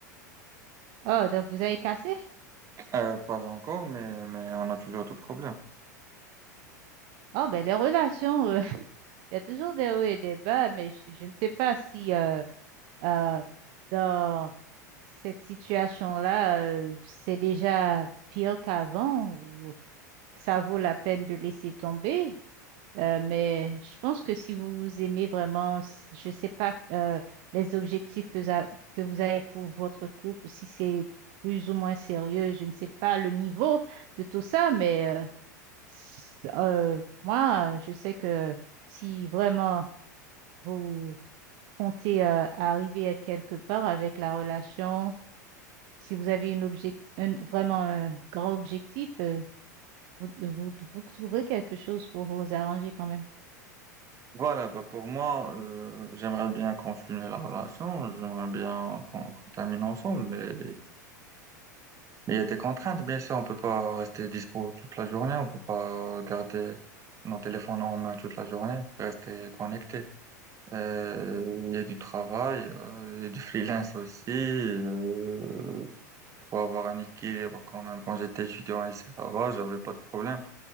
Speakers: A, on the right; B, on the right.
A: Oh, donc vous avez cassé?
B: Euh, pas encore, mais, mais on a toujours de problèmes.
A: Oh, ben les relations, euh, <laughs> il y a toujours des hauts et des bas, mais je, je ne sais pas si euh, euh, dans cette situation-là, euh, c'est déjà pire qu'avant. ou- ça vaut la peine de laisser tomber. Euh, mais je pense que si vous vous aimez vraiment, si- je ne sais pas euh, les objectifs que, za- que vous avez pour votre couple, si c'est plus ou moins sérieux, je ne sais pas le niveau de tout ça, mais euh, s- euh, moi, je sais que si vraiment vous comptez euh, arriver à quelque part avec la relation, si vous avez une object- un- vraiment un grand objectif, euh, vous, vous, vous trouverez quelque chose pour vous arranger quand même.
B: Voilà, bah pour moi, euh, j'aimerais bien continuer la relation, j'aimerais bien qu'on qu'on termine ensemble, mais Il y a des contraintes, bien sûr, on peut pas rester dispo toute la journée, on peut pas garder nos téléphones en main toute la journée, rester connecté. Euh, il y a du travail, euh, il y a du freelance aussi. Euh, faut avoir un équilibre quand même. Quand j'étais étudiant ici là-bas, j'avais pas de problème.